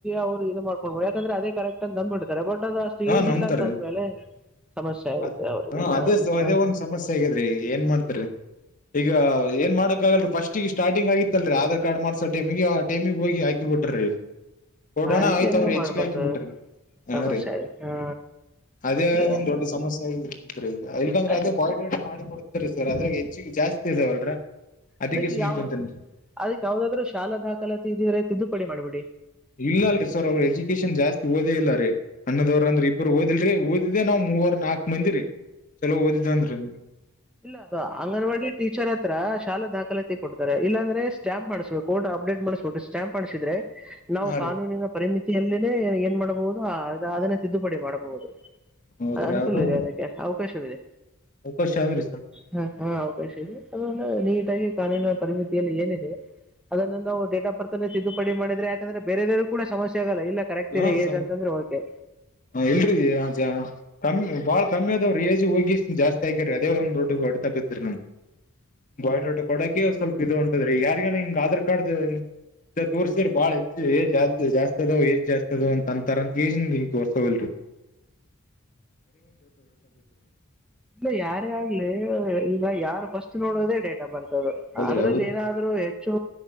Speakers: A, in the centre; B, on the left.
A: ಅವ್ರು ಇದು ಮಾಡ್ಕೊಂಡ್ಬೋ ಯಾಕಂದ್ರೆ ಅದೇ ಕರೆಕ್ಟ್ ಅ್ದಂಬ್ಡ್ತಾರೆ ಬಟ್ ಅದು ಅಷ್ಟು
B: ಹಾ
A: ಏಜ್
B: ನಂಬ್ತಾರೀ
A: ಇಲ್ಲ ಅಂತ ಅಂದ್ಮೇಲೆ ಸಮಸ್ಯೆ ಆಗುತ್ತೆ
B: ಹ
A: ಅವರಿಗೆ ಹಾ
B: ಅದೇ ಅದೇ
A: ಹಾ
B: ಒಂದ್ ಸಮಸ್ಯೆ ಆಗಿದ್ರಿ ಏನ್ ಮಾಡ್ತರಿ ಈಗ ಏನ್ ಮಾಡಕ್ಗಲ್ ಫಸ್ಟಿಗೆ ಸ್ಟಾರ್ಟಿಂಗ್ ಆಗಿತ್ತಲ್ರಿಧಾರ್ಡ್ ಮಾಡಸ ಟೈಮಿಗೆ ಆಟೈಮಿಗೆ ಹೋಗಿ ಬಿಟ್ರಿ ಕೊರೋನಾ
A: ಆ ರೀತಿ
B: ಆಯತ್ತು
A: ಎಲ್ಲ
B: ಅವರು ಎಚ್ಚು
A: ಮಾಡಬಾರ್ದು
B: ಕಾಕಿ ಬಿಟ್ಟ ಹಾ
A: ಸಮಸ್ಯೆ
B: ರೀ
A: ಆಗುತ್ತೆ ಹಾ
B: ಅದೇ
A: ಏ-
B: ಒಂದ್ ದೊಡ್ಡ ಸಮಸ್ಯ್ರೀ ಈಗ ಇಲ್ಗಂದ್ರೆ
A: ಇವ್-
B: ಅದೇ ಬಾಯ್ಡೇಟ ಮಾಡಿ ಕೊಡ್ತರಿ ಸರ್ ಅದ್ರೆ ಹೆಚ್ಚಿಗೆ ಜಾಸ್ತಿ ಇದಾವಲ್ರ
A: ಅದಕ್ಕೆ
B: ಸುಮ್
A: ಯಾವ
B: ಕುಂತೇನ್
A: ಅದಕ್ ಯಾವ್ದಾದ್ರು ಶಾಲಾ ದಾಖಲಾತಿ ಇದಿದ್ರೆ ತಿದ್ದುಪಡಿ ಮಾಡ್ಬಿಟ್ಟು
B: ಇಲ್ಲಲ್ರಿ ಸರ್ ಅವ್ರ ಎಜುಕೇಶನ್ ಜಾಸ್ತಿ ಓದೇ ಇಲ್ಲ ಅಣ್ಣದವ್ರ ಅಂದ್ರ ಇಬ್ಬರು ಓದಿಲ್ರಿ ಓದಿದ್ದೆ ನಾವ್ ಮೂವರ್ ನಾಕ್ ಮಂದಿರರಿ ಓದಿದ್ದನ್ ರೀ
A: ಇಲ್ಲ ಅ ಅಂಗನವಾಡಿ ಟೀಚರ್ ಹತ್ರ ಶಾಲಾ ದಾಖಲಾತಿ ಕೊಡ್ತಾರೆ ಇಲ್ಲಾಂದ್ರೆ ಸ್ಟ್ಯಾಂಪ್ ಮಾಡ್ಸ್ಬೇಕು ಕೋರ್ಟ್ ಅಪ್ಡೇಟ್ ಮಾಡಿಸ್ಬಿಟ್ಟು ಸ್ಟಾಂಪ್ ಮಾಡಿಸಿದ್ರೆ ನಾವು
B: ಹಾ
A: ಕಾನೂನಿನ
B: ರೀ
A: ಪರಿಮಿತಿ ಎಲ್ಲಿ ಏನ್ ಮಾಡಬಹುದು ಅದನ್ನೇ ತಿದ್ದುಪಡಿ ಮಾಡಬಹುದು
B: ಹೌದ್ರಿ
A: ಅನುಕೂಲ
B: ಅದೊಂದು
A: ಇದೆ ಅದಕ್ಕೆ ಅವಕಾಶವಿದೆ
B: ಅವಕಾಶ ಆದ್ರಿ ಸರ್
A: ಹಾ ಹಾ ಅವಕಾಶ ಇದೆ ಅದ ನೀಟಾಗಿ ಕಾನನ ಪರಿಮಿತಿಯಲ್ಲಿ ಏನಿದೆ ಅದನ್ನು ನಾವು ಡೇಟ್ ಆಫ್ ಬರ್ತ್ ತಿದ್ದುಪಡಿ ಮಾಡಿದ್ರ ಯಾಕಂದ್ರೆ ಬೇರೆದವೂಡ ಸಮ್ಯೆ ಆಗಲ್ಲ ಕರೆಕ್ಟ್
B: ಹ್ಮ
A: ಇದೆ ಏಜ ಅಂತಂದ್ರೆಕೆ
B: ಹ ಇಲ್ರಿ ಕಮ್ಮ ಬಾಳ ಕಮ್ಮಿ ಅದವರು ಏಜ ಹೋಗಿ ಜಾಸ್ತಿ ಅದೇ ಒಂದು ರೋತಾತ ಬಾಯಡ್ ರೋಟ ಕೊಡೋಕೆ ಸ್ವಲ್ಪ ಇದು ಉಂಟದ್ರೀ ಯಾರ್ಗ್ಯನ ಹಿಂಗ್ ಆಧಾರ್ ಕಾರ್ಡ್ ಇ ತೋರ್ಸ್ರರ್ ಬಾಳ ಹೆಚ್ಚ ಜಾಸ್ ಅದ ಜಾಸ್ತಿ ಅದ ಅಂತ ಅಂತಾರಂತ ಕಜ ತೋರ್ಸಲ್ರಿ
A: ಇಲ್ಲ ಯಾರೇ ಆಗ್ಲಿ ಈಗ ಯಾರು ಫಸ್ಟ್ ನೋಡೋದೇ ಡೇ ಬರ್ತದು
B: ಹೌದ್ರಿ
A: ಅದ್ರಲ್ಲಿ
B: ಹೌದ್
A: ಏನಾದ್ರು ಹೆಚ್ಚು